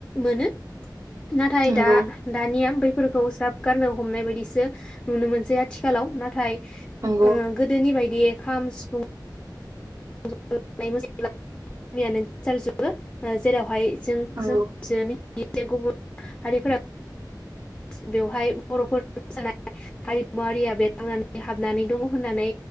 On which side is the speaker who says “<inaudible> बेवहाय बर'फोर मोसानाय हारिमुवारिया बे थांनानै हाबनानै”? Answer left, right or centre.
Left